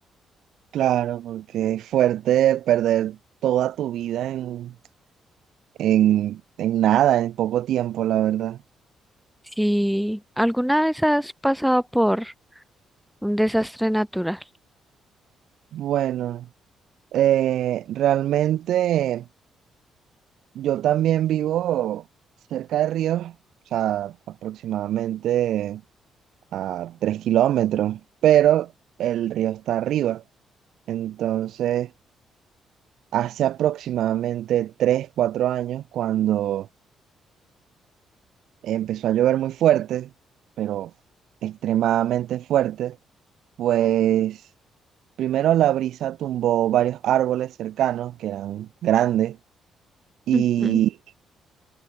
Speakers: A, on the right; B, in the centre.
A: Claro, porque es fuerte perder toda tu vida en, en, en nada, en poco tiempo, la verdad.
B: Si alguna vez has pasado por un desastre natural,
A: Bueno, eh, realmente. Yo también vivo cerca de ríos, o sea, aproximadamente a tres kilómetros, pero el río está arriba. Entonces, hace aproximadamente tres, cuatro años, cuando empezó a llover muy fuerte, pero extremadamente fuerte, pues primero la brisa tumbó varios árboles cercanos que eran grandes y
B: Ujú.